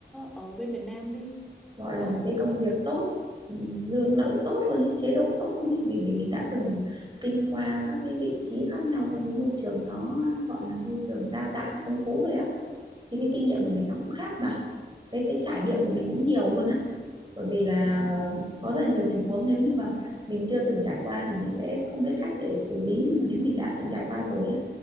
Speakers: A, in the centre; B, on the right.
A: ở bên Việt Nam đi
B: gọi
A: đó
B: là một cái công việc tốt ừm, lương
A: ừ
B: lậu tốt luôn ấy, chế độ tốt luôn ấy vì vì mình đã từng kinh qua các cái vị trí khác nhau trong cái môi trường nó gọi là môi trường đa dạng phong phú rồi á thì cái
A: ừ
B: kinh nghiệm của mình nó cũng khác mà cái cái trải nghiệm
A: dạ
B: của mình cũng nhiều luôn á bởi vì là
A: dạ
B: có rất là nhiều tình huống nếu như mà mình chưa từng trải qua thì mình sẽ không biết cách để xử lý nhưng mà nếu mình đã từng trải qua rồi á